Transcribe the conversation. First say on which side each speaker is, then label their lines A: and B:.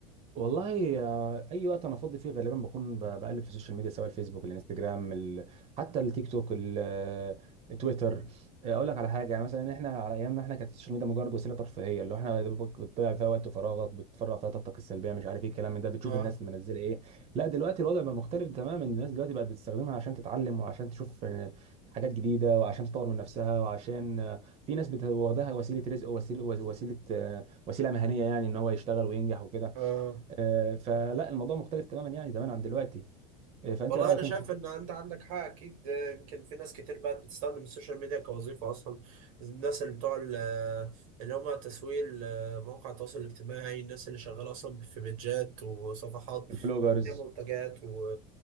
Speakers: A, on the right; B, on the right.
A: والله آه، اي وقت انا فاضي فيه غالبا بكون ب- بقلب في السوشيال ميديا سواء الفيسبوك الانستجرام ال... حتى التيك توك ال- آه، التويتر آه، اقول لك على حاجه يعني مثلا احنا على ايامنا احنا كانت السوشيال ميديا مجرد وسيله ترفيهيه اللي هو احنا يا دوبك بتضيع فيها وقت فراغك بتفرغ فيها طاقتك السلبيه مش عارف ايه الكلام من ده بتشوف
B: اه
A: الناس منزله ايه لا دلوقتي الوضع بقى مختلف تماما الناس دلوقتي بقت بتستخدمها عشان تتعلم وعشان تشوف آه، حاجات جديده وعشان تطور من نفسها وعشان آه، في ناس بت- واخداها وسيله رزق وسيله وسيله آه، وسيله مهنيه يعني ان هو يشتغل وينجح وكده
B: اه
A: آه، فلا الموضوع مختلف تماما يعني زمان عن دلوقتي آه، فانت
B: والله
A: ايه رايك
B: انا شايف
A: انت
B: ان انت عندك حق اكيد ده يمكن في ناس كتير بقت بتستخدم السوشيال ميديا كوظيفه اصلا الناس اللي بتوع ال- آه، اللي هم تسويق ال- آه، مواقع التواصل الاجتماعي الناس اللي شغاله اصلا في بيدجات وصفحات
A: البلوجرز
B: هي منتجات و...